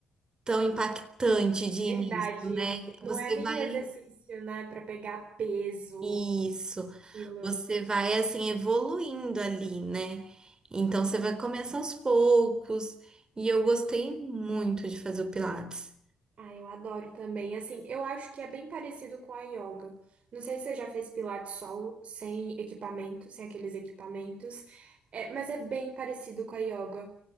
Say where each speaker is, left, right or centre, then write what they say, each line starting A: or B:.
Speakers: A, on the right; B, on the right.
A: tão impactante de início,
B: Verdade.
A: né? Você
B: Não é nenhum
A: vai
B: exercício, né, Pra pegar peso,
A: isso.
B: quilo.
A: Você vai assim evoluindo ali, né? Então você vai começar aos poucos. E eu gostei muito de fazer o Pilates.
B: Ah, eu adoro também. Assim, eu acho que é bem parecido com a yoga. Não sei se você já fez pilates solo, sem equipamento, sem aqueles equipamentos. É, mas é bem parecido com a yoga.